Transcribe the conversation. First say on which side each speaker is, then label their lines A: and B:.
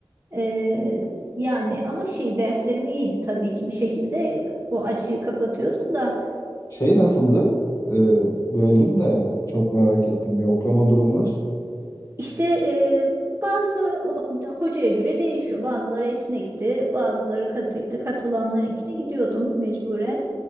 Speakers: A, on the right; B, on the left.
A: E, yani ama şey derslerim iyiydi tabii ki bir şekilde o açığı kapatıyordum da.
B: Şey nasıldı? Ee, böldüm de çok merak ettim. Yoklama durumunuz.
A: İşte e, bazı ho- hocaya göre değişiyor. Bazıları esnekti, bazıları katıydı. Katı olanlarınkine gidiyordum mecburen.